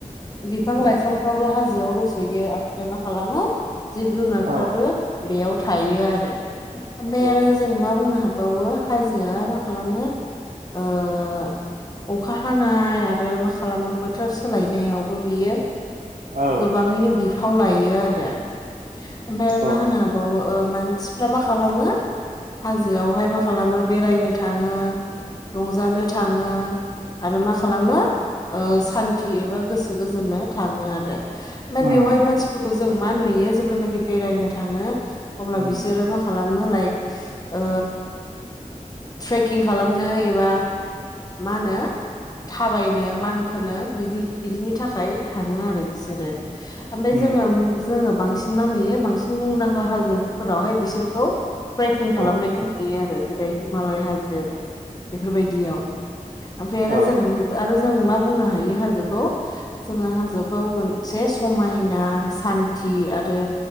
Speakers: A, on the left (about 30°); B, on the right (about 80°).
A: बिफां लाइफांफ्राबो हाजोआव रज'यो आ मफ्राय मा खालामो जिब जुनारफ्राबो
B: औ
A: बेयाव थायो आरो ओमफाय
B: नंगौ
A: आरो जों मा बुंनो हाबावो हाजोआ मा खालामो ओ अखा हानाय आरो मा खालामो बोथोर सोलायनायावबो बियो
B: औ
A: गोबाङैनो बिफाव लायो आरो ओमफाय मा
B: औ
A: होनो हाबावो मानसिफ्रा मा खालामो हाजोआवहाय मा खालामो बेरायनो थाङो रंजानो थाङो आरो मा खालामो ओ सान्थि एबा गोसो गोजोननो थाङो आरो ओमफाय बेवहाय
B: उम
A: मानसिफोरखौ जों मा नुयो जेब्लानाखि बेरायनो थाङो अब्ला
B: उम
A: बिसोरो मा खालामो लाइक ओ ट्रेकिं खालामो खालामनो एबा मा होनो थाबायनो मानखोनो बिदि बिदिनि थाखाय थाङो आरो बिसोरो आमफाय
B: उम
A: जोङो जोङो बांसिन मा नुयो बांसिन मुंदांखा हाजोफोरावहाय बिसोरखौ ट्रेकिं खालामनायखौ
B: औ
A: नुयो आरो जेरै हिमालय हाजो बेफोरबायदियाव ओमफ्राय आरो
B: औ
A: जों आरो जों मा बुंनो हा यि हाजोखौ जोङो हाजोखौ मोनसे समायना सान्थि आरो